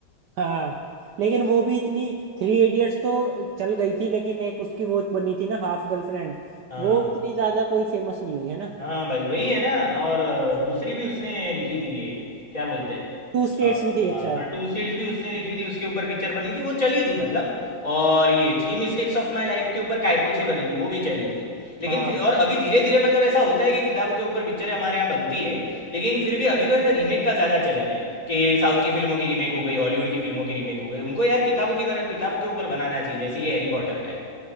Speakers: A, on the right; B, on the left.
A: हाँ लेकिन वो भी इतनी थ्री इडियट्स तो चल गई थी लेकिन एक उसकी वो बनी थी ना हाफ गर्लफ्रेंड
B: हाँ
A: वो इतनी ज्यादा कोई फेमस नहीं हुई है ना
B: हाँ भाई वही है ना और अ, दूसरी भी उसने लिखी थी ये क्या बोलते हैं
A: टू स्टेट्स
B: अ,
A: भी थी एक शायद
B: हाँ टू स्टेट्स भी उसने लिखी थी उसके ऊपर पिक्चर बनी थी वो चली थी मतलब और ये Three Mistakes of My Life के ऊपर कायपोचे बनी थी वो भी चली थी लेकिन
A: हाँ
B: फिर और अभी धीरे धीरे मतलब ऐसा होता है कि किताबों के ऊपर पिक्चरें हमारे यहाँ बनती है लेकिन फिर भी अभी तो है ना रीमेक का ज़्यादा चलन है कि साउथ की फिल्मों की रीमेक हो गई हॉलीवुड की फिल्मों की रीमेक हो गई उनको यार किताबों की तरह किताबों के ऊपर बनाना चाहिए जैसे ये हैरी पॉटर का है